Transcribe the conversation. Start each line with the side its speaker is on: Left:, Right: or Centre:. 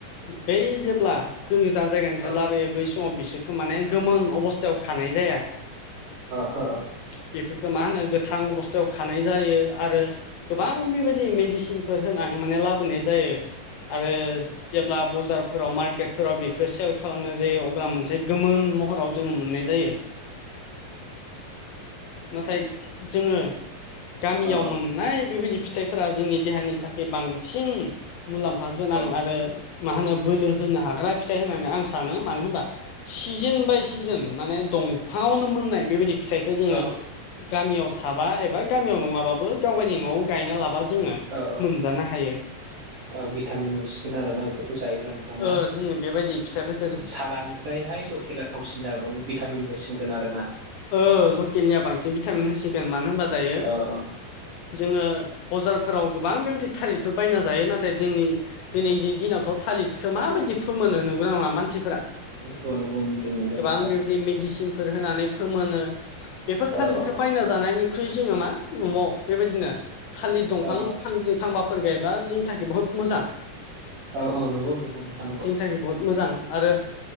Left: बै जेब्ला गोजान जायगानिफ्राय
Right: औ
Left: लाबोयो बै समाव बिसोरखौ माने गोमोन अबस थायाव खानाय जाया।
Right: हो हो औ
Left: बेफोरखौ मा होनो गोथां अबस्थायाव खानाय जायो आरो गोबां गोबां बेबायदि मेडिसिनफोर होनानै माने लाबोनाय जायो आरो जेब्ला बजारफोराव मार्केटफोराव बेखौ सेल खालामनाय जायो अब्ला मोनसे गोमोन महराव जोङो मोननाय जायो। नाथाय जोङो गामियाव
Right: औ
Left: मोननाय बेबायदि फिथाइफोरा जोंनि देहानि थाखाय बांसिन मुलाम्फा गोनां
Right: औ
Left: आरो मा होनो बोलो होनो हाग्रा फिथाइ होननानै आं सानो मानो होनबा सिजोन बाय सिजोन माने दंफाङावनो मोननाय बेबायदि फिथाइखौ जोङो
Right: औ
Left: गामियाव थाबा एबा गामियाव नङाबाबो गाव गावनि न'आव गायना लाबा जोङो
Right: औ
Left: मोनजानो हायो।
Right: औ भिटामिन मोनसिगोन आरो ना बेफोरखौ जायोब्ला नोंथां। ना
Left: ओ जोङो बेबायदि फिथाइफोर
Right: सालानिफ्रायहाय लकेला थावसिन जागोन भिटामिन होसिनगोन आरो ना?
Left: ओ लकेलनिया बांसिन भिटामिन होसिगोन मानो होनबा दायो
Right: औ औ
Left: जोङो बजारफोराव गोबां बेबायदि थारिफोर बायना जायो नाथाय जोंनि दिनैनि दिनावथ' थालिरखौ माबायदि फोमोनो नुग्रा नङा मानसिफोरा
Right: नंगौ नंगौ नुदों नुदों
Left: गोबां
Right: नुखादों
Left: बेबायदि मेडिसिन फोर होनानै फोमोनो बेफोर थालिर
Right: औ औ
Left: बायनानै जानायनिख्रुय जोङो मा न'आव बेबायदिनो थालिर दंफां
Right: औ
Left: फांब्रै फांबा फोर गायबा जोंनि थाखाय बहुत मोजां।
Right: औ औ नंगौ नंगौ नोंथां नंगौ
Left: जोंनि थाखाय बहुत मोजां आरो